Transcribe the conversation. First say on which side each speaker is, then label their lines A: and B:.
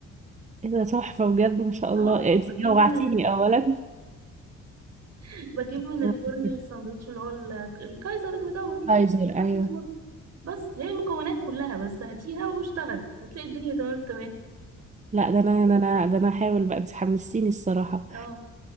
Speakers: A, on the right; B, on the right.
A: ايه ده تحفة بجد ما شاء
B: اه
A: الله انت
B: بجيب
A: جوعتيني
B: من ال...
A: اولا
B: <laughs> بجيب من
A: <laughs>
B: الفرن الساندوتش اللي هو ال... الكايزر المدور
A: فايزر
B: بتاع
A: ايوه
B: في الفرن بس هي المكونات كلها بس هاتيها واشتغلي هتلاقي الدنيا تمام التمام
A: لا ده انا ده انا ده انا هحاول بقى انت حمستيني الصراحة
B: اه